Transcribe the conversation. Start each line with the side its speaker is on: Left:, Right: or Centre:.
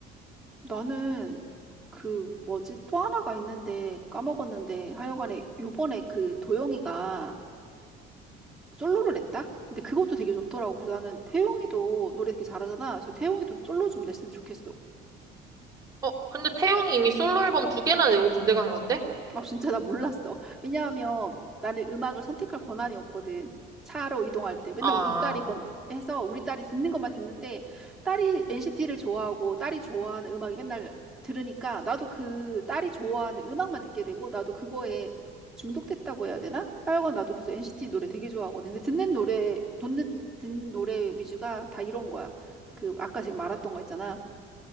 Centre: 나는 그 뭐지? 또 하나가 있는데 까먹었는데 하여간에 요번에 그 도영이가 솔로를 냈다? 근데 그것도 되게 좋더라고. 그래서 나는 태용이도 노래 되게 잘하잖아. 그래서 태용이도 솔로 좀 냈으면 좋겠어.
Right: 어, 근데 태용이 이미 솔로 앨범 두 개나 내고 군대 간 건데?
Centre: 아, 진짜 나 몰랐어. 왜냐하면 나는 음악을 선택할 권한이 없거든. 차로 이동할 때 맨날
Right: 아,
Centre: 우리 딸이 권- 해서 우리 딸이 듣는 것만 듣는데 딸이 NCT를 좋아하고 딸이 좋아하는 음악이 맨날 들으니까 나도 그 딸이 좋아하는 음악만 듣게 되고 나도 그거에 중독됐다고 해야 되나? 하여간 나도 그래서 NCT 노래 되게 좋아하거든. 근데 듣는 노래, 듣는, 듣는 노래 위주가 다 이런 거야. 그 아까 지금 말했던 거 있잖아.